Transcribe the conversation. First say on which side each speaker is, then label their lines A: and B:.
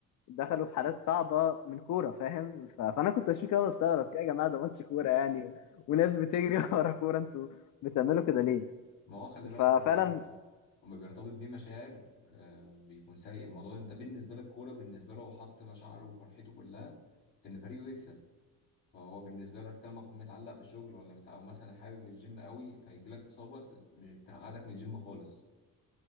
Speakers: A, on the left; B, on the left.
A: دخلوا في حالات صعبه من كوره فاهم ف- فانا كنت اشوف كده بستغرب يا جماعه ده ماتش كوره يعني و- وناس بتجري <laughs> ورا كوره انتوا بتعملوا كده ليه
B: ما هو خلي بالك
A: ففعلا
B: الموضوع وما بيرتبط بيه مشاعر آه بيكون سيء الموضوع انت بالنسبه لك كوره بالنسبه له هو حط مشاعره وفرحته كلها في ان فريقه يكسب فهو بالنسبه له عرفت لما تكون متعلق بشغل ولا متع... او مثلا حابب الجيم قوي فيجي لك اصابه ت- م- تقعدك من الجيم خالص